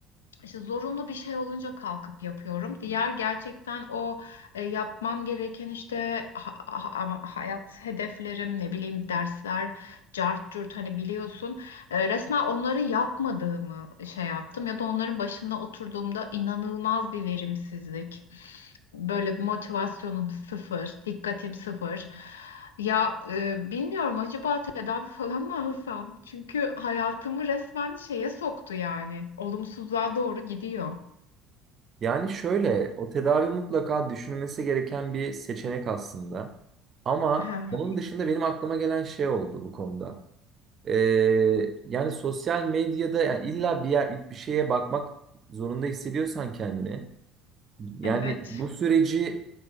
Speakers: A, on the left; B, on the right.
A: işte zorunlu bir şey olunca kalkıp yapıyorum. Diğer gerçekten o e, yapmam gereken işte ha- ha- ama hayat hedeflerim, ne bileyim dersler, cart curt hani biliyorsun. E, resmen onları yapmadığımı şey yaptım ya da onların başında oturduğumda inanılmaz bir verimsizlik. Böyle bir motivasyonum sıfır, dikkatim sıfır. Ya e, bilmiyorum acaba tedavi falan mı alsam? Çünkü hayatımı resmen şeye soktu yani. Olumsuzluğa doğru gidiyor.
B: Yani şöyle, o tedavi mutlaka düşünülmesi gereken bir seçenek aslında. Ama
A: Hı hı.
B: onun dışında benim aklıma gelen şey oldu bu konuda. Ee, yani sosyal medyada yani illa bir yer, bir şeye bakmak zorunda hissediyorsan kendini. Yani
A: Evet,
B: bu süreci